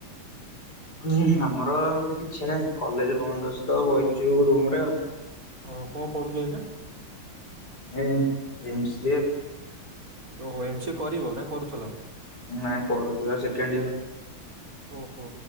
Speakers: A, on the left; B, on the right.
A: ହୁଁ ଆମର କିଛି ନାହିଁ କଲେଜ ବନ୍ଦ ଅଛି ତ ବଇଛୁ ରୁମ୍ ରେ ଆଉ।
B: ଓ କଣ ପଢୁଚ ଏଇନା?
A: ଏ ଏମସିଏ
B: ଓହୋ ଏମସିଏ କରିବ ନା କରୁଥୁଲ?
A: ନାଇଁ କରୁଚୁ ବା ସେକେଣ୍ଡ ଇୟର
B: ଓହୋ